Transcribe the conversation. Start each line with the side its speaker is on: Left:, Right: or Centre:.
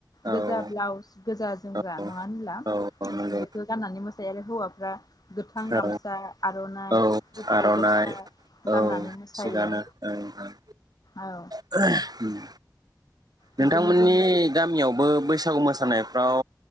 Right: औ
Left: गोजा ब्लाउस गोजा जोमग्रा
Right: औ
Left: नङा होनब्ला
Right: औ औ नंगौ
Left: जों बेखौ गाननानै मोसायो आरो हौवा दा गोथां गामसा
Right: औ
Left: आरनाइ
Right: औ
Left: गुफुर
Right: आर'नाइ
Left: गस्ला
Right: औ
Left: गाननानै मोसायो
Right: थिगानो ओं ओं
Left: औ
Right: <unintelligible> उम
Left: बिदिनो
Right: नोंथांमोननि
Left: जोंनि
Right: गामियावबो बैसा बैसागु मोसानायफ्राव